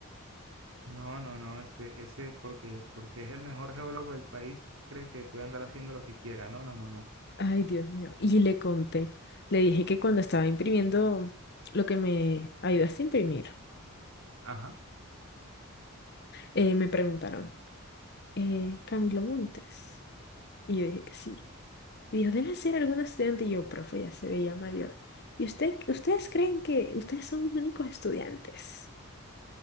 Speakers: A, on the right; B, on the left.
A: No, no, no, ese, ese, porque, porque es el mejor geólogo del país, cree que puede andar haciendo lo que quiera. No, no, no, no.
B: Ay, Dios mío. Y le conté, le dije que cuando estaba imprimiendo lo que me ayudaste a imprimir,
A: Ajá.
B: eh, me preguntaron, eh, Camilo Montes. Y yo dije que sí. Y dijo, debe ser algún estudiante. Y yo, profe, ya se veía mayor. ¿Y usted, ustedes creen que ustedes son mis únicos estudiantes?